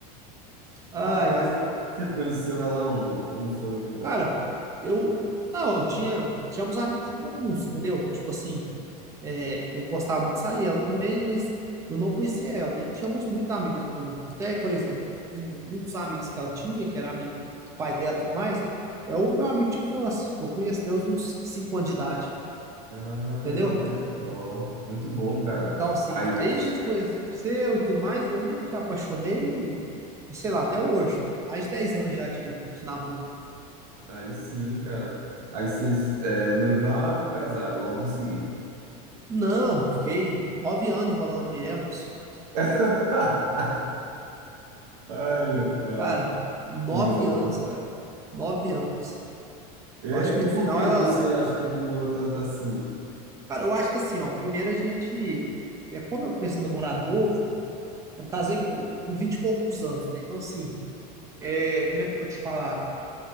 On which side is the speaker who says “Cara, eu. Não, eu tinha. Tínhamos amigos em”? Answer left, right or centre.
Right